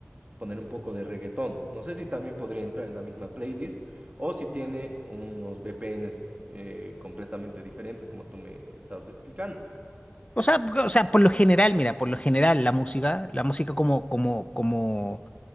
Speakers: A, on the right; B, on the left.
A: poner un poco de reggaetón. No sé si también podría entrar en la misma playlist o si tiene unos VPNs eh, completamente diferentes, como tú me estabas explicando,
B: O sea, o sea, por lo general, mira, por lo general, la música, la música como, como, como.